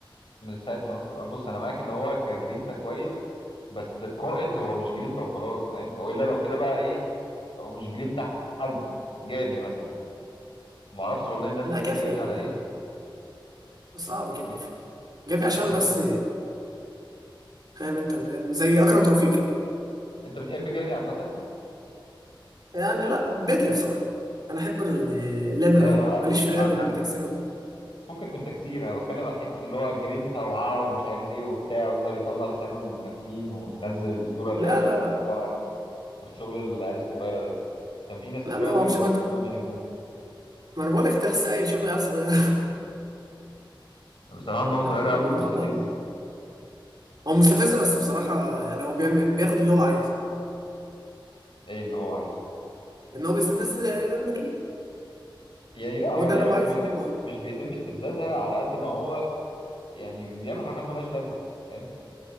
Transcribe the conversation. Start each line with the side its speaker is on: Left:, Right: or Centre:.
Left: من ساعه ما وصل بص انا معاك ان هو كجرينتا كويس بس القائد هو مش جرينتا وخلاص فاهم هو الا لو كده بقى ايه او مش جرينتا حز جافي مثلا ما اعرفش والله الناس
Right: لا
Left: بتحب
Right: جافي
Left: جافي على ايه
Right: صعب جافي
Left: طب
Right: جافي عشان
Left: انت
Right: بس
Left: بت...
Right: فاهم انت اللي هي- زي اكرم توفيق كده
Left: انت بتحب جافي عامه
Right: يعني لا بدري بصراحه انا احب ال- اللعب
Left: لا
Right: الرايق
Left: لا
Right: ماليش في لعب
Left: عشان
Right: التكسير
Left: فكك من التكسير انا بتكلم على حته اللي هو جرينتا وعاه ومش عارف ايه وبتاع ويفضل يطلع لسانه للمنافسين وينزل الصوره اللي
Right: لا
Left: هي بتاعت
Right: لا لا
Left: الاربعه يعني، والشغل العيال الصغيره ده كان في ناس
Right: لا
Left: كتير
Right: ما
Left: قوي
Right: هو مش
Left: من برشلونه بيحبوه
Right: ما انا بقول لك انت لسه قايل شغل عيال صغيره
Left: بصراحه دماغه
Right: <laughs> لا
Left: صغيره
Right: الموضوع
Left: قوي ومستفز
Right: ده هو مستفز بس بصراحه يعني هو بيعمل بياخد اللي هو عايزه
Left: ايه اللي هو عايزه
Right: لان هو بيستفز ريال مدريد
Left: يعني لا هو
Right: هو ده
Left: اللعيبه
Right: اللي هو
Left: مش
Right: عايزه
Left: بيتم
Right: واو.
Left: مش بيتم استفزازها على قد ما هو يعني بيعمل حركات مالهاش لازمه فاهم